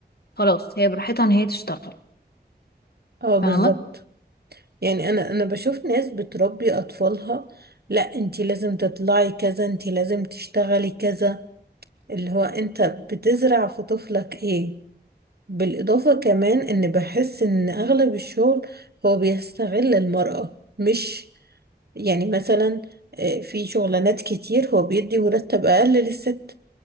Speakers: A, on the left; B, on the right.
A: خلاص هي براحتها إن هي تشتغل
B: اه بالظبط
A: فاهمة؟
B: يعني أنا أنا بشوف ناس بتربي أطفالها لا انتي لازم تطلعي كذا انتي لازم تشتغلي كذا اللي هو انت بتزرع في طفلك ايه بالإضافة كمان إن بحس إن أغلب الشغل هو بيستغل المرأة مش يعني مثلا آه، في شغلانات كتير هو بيدي مرتب أقل للست